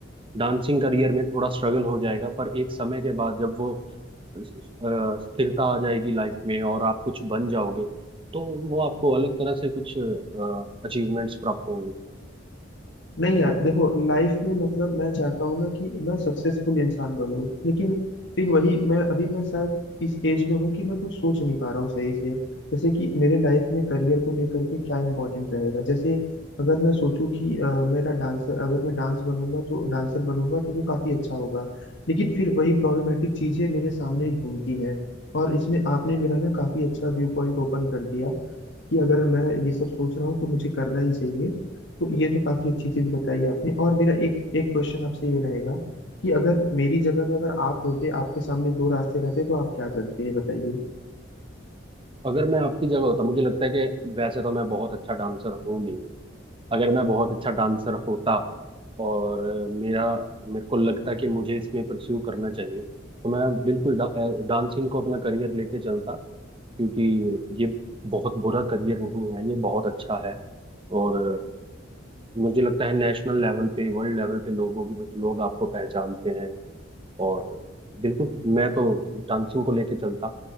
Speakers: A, on the right; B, on the left.
A: डांसिंग करियर में थोड़ा स्ट्रगल हो जाएगा पर एक समय के बाद जब वो अ, स्थिरता आ जाएगी लाइफ में और आप कुछ बन जाओगे तो वो आपको अलग तरह से कुछ अचीवमेंट्स प्राप्त होंगे
B: नहीं यार देखो लाइफ में मतलब मैं चाहता हूँ ना कि मैं सक्सेसफुल इंसान बनूं लेकिन फिर वही मैं अभी मैं शायद इस एज में हूँ कि मैं कुछ सोच नहीं पा रहा हूँ सही से जैसे कि मेरे लाइफ में करियर को लेकर के क्या इंपॉर्टेंट रहेगा जैसे अगर मैं सोचूं कि अ, मेरा डांसर अगर मैं डांस बनूंगा तो डांसर बनूंगा तो वो काफी अच्छा होगा लेकिन फिर वही प्रॉब्लमेटिक चीजें मेरे सामने ही घूमती हैं और इसमें आपने मेरा ना काफी अच्छा व्यू पॉइंट ओपन कर दिया कि अगर मैं ये सब सोच रहा हूँ तो मुझे करना ही चाहिए तो ये तो काफी अच्छी चीज बताई आपने और मेरा एक एक क्वेश्चन आपसे ये रहेगा कि अगर मेरी जगह पे अगर आप होते आपके सामने दो रास्ते रहते तो आप क्या करते ये बताइए
A: अगर मैं आपकी जगह होता मुझे लगता है कि वैसे तो मैं बहुत अच्छा डांसर हूँ नहीं अगर मैं बहुत अच्छा डांसर होता और मेरा मेरे को लगता कि मुझे इसमें परस्यू करना चाहिए तो मैं बिल्कुल डा, डांसिंग को अपना करियर लेके चलता क्योंकि ये बहुत बुरा करियर नहीं है ये बहुत अच्छा है और मुझे लगता है नेशनल लेवल पे वर्ल्ड लेवल पे लोगों की लोग आपको पहचानते हैं और बिल्कुल मैं तो डांसिंग को लेके चलता